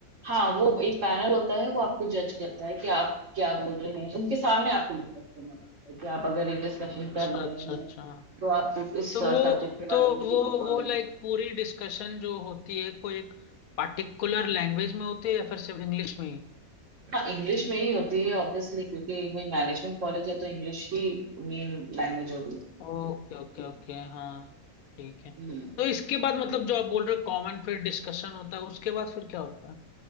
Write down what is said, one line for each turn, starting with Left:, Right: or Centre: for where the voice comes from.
Right: हाँ वो एक पैनल होता है वो आपको जज करता है कि आप क्या बोल रहे हैं उनके सामने आपको डिस्कस करना पड़ता है कि आप अगर एक डिस्कशन
Left: अच्छा
Right: कर रहे
Left: अच्छा
Right: हैं
Left: अच्छा
Right: तो आपको इस
Left: तो
Right: सब्जेक्ट
Left: वो
Right: के बारे
Left: तो
Right: में
Left: वो
Right: कितनी नॉलेज
Left: वो लाइक
Right: है
Left: पूरी डिस्कशन जो होती है कोई एक पार्टिकुलर लैंग्वेज में होती है या फिर सिर्फ इंग्लिश में ही
Right: हाँ इंग्लिश में ही होती है ऑब्वियसली क्योंकि वही मैनेजमेंट कॉलेज है तो इंग्लिश ही मेन लैंग्वेज होगी
Left: ओके ओके ओके हाँ ठीक है
Right: हम्म,
Left: तो इसके बाद मतलब जो आप बोल रहे हो कॉमन फिर डिस्कशन होता है उसके बाद फिर क्या होता है